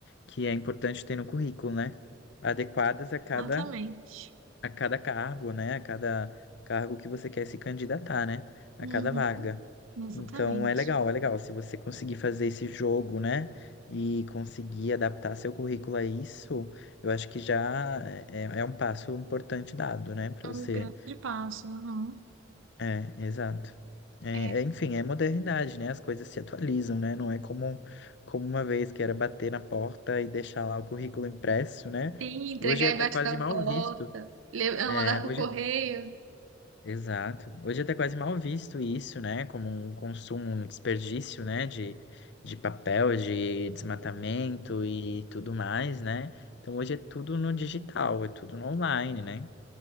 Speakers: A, on the left; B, on the right.
A: que é importante ter no currículo, né? Adequadas a cada
B: Exatamente.
A: a cada cargo, né? A cada cargo que você quer se candidatar, né? A
B: Uhum,
A: cada vaga.
B: exatamente.
A: Então é legal, é legal. Se você conseguir fazer esse jogo, né? E conseguir adaptar seu currículo a isso, eu acho que já é, é é um passo importante dado, né? Para
B: É um
A: você.
B: grande passo. aham.
A: É, exato. É,
B: É,
A: é, enfim, é modernidade, né? As coisas se atualizam, né? Não é como, como uma vez que era bater na porta e deixar lá o currículo impresso, né?
B: sim, entregar
A: Hoje é até
B: embaixo
A: quase
B: da
A: mal
B: porta,
A: visto.
B: le- ah,
A: É,
B: mandar
A: hoje
B: pro correio.
A: Exato. Hoje é até quase mal visto isso, né? Como um consumo, um desperdício, né? De, de papel, de desmatamento e tudo mais, né? Então hoje é tudo no digital, é tudo no online, né?